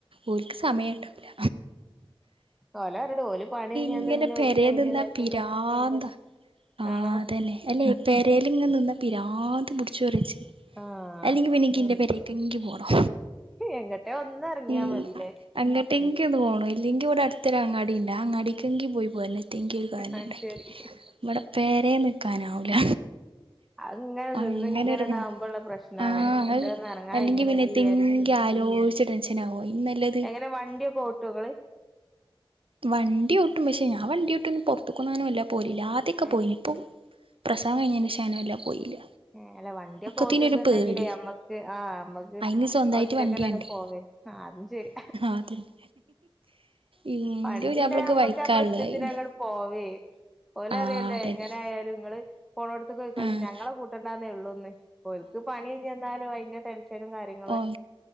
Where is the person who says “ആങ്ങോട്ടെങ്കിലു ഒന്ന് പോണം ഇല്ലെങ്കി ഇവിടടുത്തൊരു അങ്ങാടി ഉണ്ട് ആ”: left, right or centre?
Right